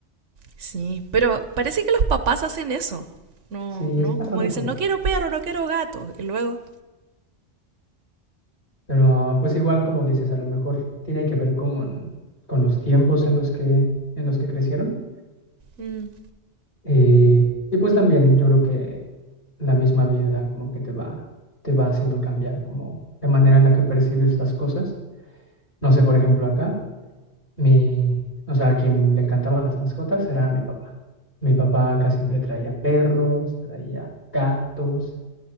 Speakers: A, on the right; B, on the left.
A: Sí, pero parece que los papás hacen eso. No,
B: Sí,
A: no,
B: es bastante
A: como dicen,
B: común.
A: no quiero perro, no quiero gato. Y luego,
B: Pero pues igual como dices, a lo mejor tiene que ver con, con los tiempos en los que, en los que crecieron.
A: mm,
B: Eh, y pues también yo creo que la misma vida como que te va, te va haciendo cambiar como la manera en la que percibes las cosas. No sé, por ejemplo, acá, mi, o sea, a quien le encantaban las mascotas era mi papá. Mi papá acá siempre traía perros, traía gatos,